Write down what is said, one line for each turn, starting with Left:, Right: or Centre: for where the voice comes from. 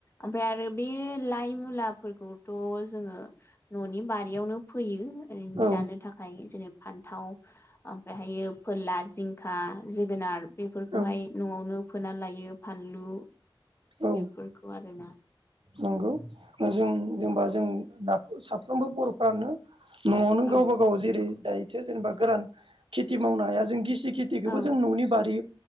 Left: ओमफ्राय आरो बे लाइ, मुलाफोरखौथ' जोङो ननि बारियावनो <unintelligible> फोयो
Right: औ
Left: जानो थाखाय जेरै फान्थाव ओमफ्रायहायो फोरला जिंखा, जोगोनार बेफोरखौहाय
Right: औ
Left: नआवनो फोनानै लायो फानलु
Right: औ
Left: बेफोरखौ आरोना
Right: नंगौ जों जेनबा जों जाब साफ्रोमबो बर'फ्रानो नआवनो
Left: औ
Right: गावबा -गाव जेरै दायोथो जेनेबा गोरान खेथि मावनो हाया जों गिसि खेथिखौबो
Left: औ
Right: जों ननि बारि